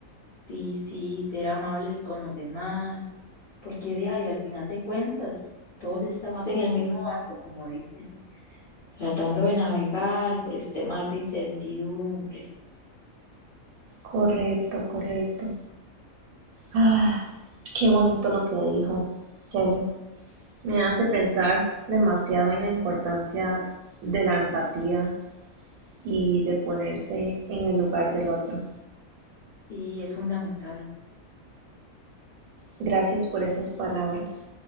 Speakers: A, on the left (about 45°); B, on the right (about 85°).
A: Sí, sí, ser amables con los demás, porque de ahí, al final de cuentas, todos estamos en el mismo barco, como dicen. tratando de navegar por este mar de incertidumbre.
B: Correcto, correcto. Ah, qué bonito lo que dijo Cele. Me hace pensar demasiado en la importancia de la empatía y de ponerse en el lugar del otro.
A: Sí, es fundamental.
B: Gracias por esas palabras.